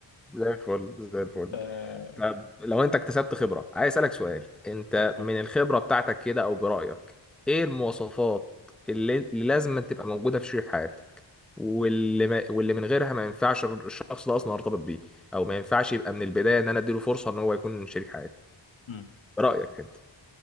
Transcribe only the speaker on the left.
آه،
اتفضل
مم.